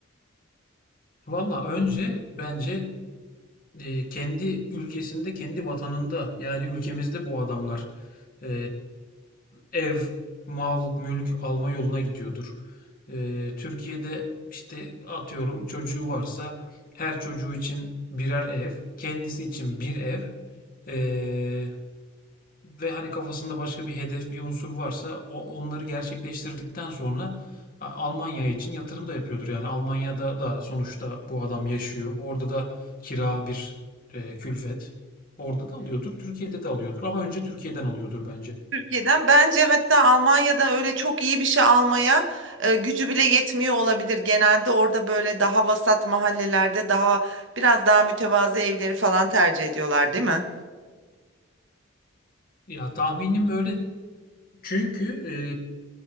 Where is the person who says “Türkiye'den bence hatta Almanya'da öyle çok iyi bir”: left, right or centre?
Right